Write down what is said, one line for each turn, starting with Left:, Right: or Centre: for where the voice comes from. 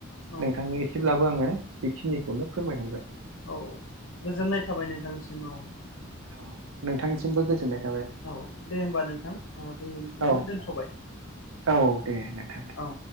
Left: औ
Right: नोंथांनो एसेब्लाबो आङो बेखिनिखौनो फोरमायहरबाय।
Left: औ गोजोननाय थाबाय नोंथांनिसिम औ।
Right: औ नोंथांनिसिमबो गोजोननाय थाबाय।
Left: औ दे होमबा नोंथां जों बेखिनियावनो
Right: औ
Left: दोनथ'बाय
Right: औ दे नोंथां दे
Left: औ।